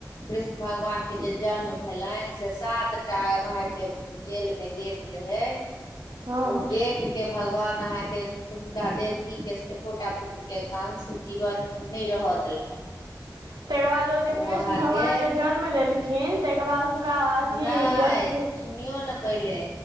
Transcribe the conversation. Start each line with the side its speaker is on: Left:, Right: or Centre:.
Left: कृष्ण भगवान के जे जन्म भेलनि से सातटा आहाँ के जेल मे गेट रहे
Right: हँ
Left: ओ गेट के भगवान अहाँके तऽ हुनका देवकीके एकोटा पुत्रके कांश जीव नै रहय देलकनि
Right: <inaudible> तायके बाद ओ
Left: तऽ
Right: जे कृष्ण
Left: अहाँके
Right: भगवान जे जन्म लेलखिन ताईके बाद हुनका अथी
Left: नहि
Right: अश
Left: सुनियौ न पहिले